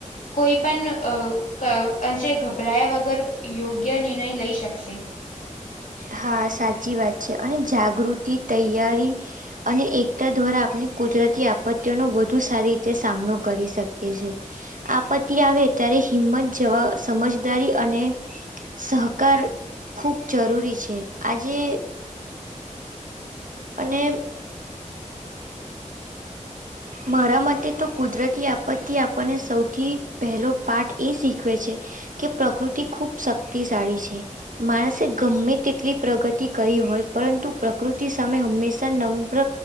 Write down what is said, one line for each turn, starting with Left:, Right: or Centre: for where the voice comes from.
Left: કોઈ પણ અ ક અંશે ગભરાયા વગર યોગ્ય નિર્ણય લઈ શકશે.
Right: હા, સાચી વાત છે અને જાગૃતિ તૈયારી અને એકતા દ્વારા આપણે કુદરતી આપત્તિઓનો વધુ સારી રીતે સામનો કરી શકીએ છીએ. આપત્તિ આવે ત્યારે હિંમત જવા સમજદારી અને સહકાર ખૂબ જરૂરી છે. આજે અને મારા મતે તો કુદરતી આપત્તિ આપણને સૌથી પહેલો પાઠ એ શીખવે છે કે પ્રકૃતિ ખૂબ શક્તિશાળી છે. માણસે ગમે તેટલી પ્રગતિ કરી હોય પરંતુ પ્રકૃતિ હંમેશા નમ્ર